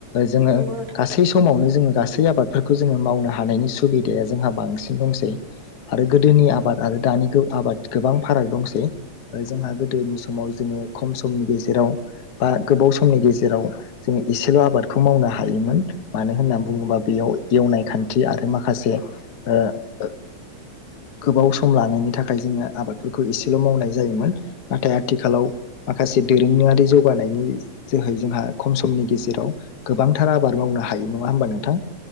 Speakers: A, on the left; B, on the right.
A: जोङो
B: नंगौ नोंथां नंगौ नोंथां
A: गासै समावनो जोङो गासै आबादफोरखौ जोङो मावनो हानायनि सुबिदाया जोंहा बांसिन दंसै आरो गोदोनि आबाद आरो दानि आबाद गोबां फाराग दंसै जोंहा गोदोनि समाव जोङो खम समनि गेजेराव बा गोबाव सम समनि गेजेराव जोङो एसेल' आबादखौ मावनो हायोमोन मानो होननानै बुङोबा बेयाव एवनाय खान थि आरो माखासे ओ ओ गोबाव सम लानायनि थाखाय जोङो आबादफोरखौ एसेल' मावनाय जायोमोन नाथाय आथिखालाव माखासे दोरोङारि जौगानायनि जोहै जोंहा खम समनि गेजेराव गोबांथार आबाद मावनो हायो नङा होमबा नोंथां?